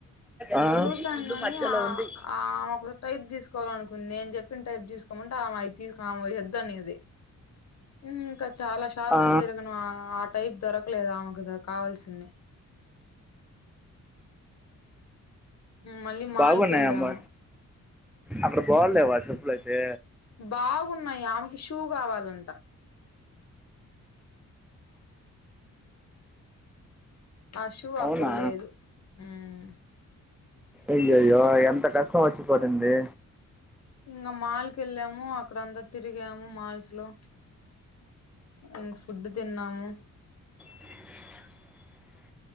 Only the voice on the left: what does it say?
చూసాం
గాని
ఆ
ఆమె ఒక టైప్ తీసుకోవాలనుకుంది నిను చెప్ప చెప్పిన టైప్ తీసుకోమంటే ఆమె అయి తీసుకు ఆమె అయి వద్దు అనేది ఇంకా చాలా షాపులు
తిరగను ఆ టైప్ దొరకలేదు ఆమెకు కావాల్సింది మళ్ళీ మాల్
కు వెళ్ళాము
బాగున్నాయి ఆమెకి షూ కావాలంటా ఆ షూ
అక్కడ లేదు మ్మ్
ఇంగా మాల్ కి వెళ్ళాము అక్కడ అంతా తిరిగాము మాల్స్ లో ఇంగా ఫుడ్ తిన్నాము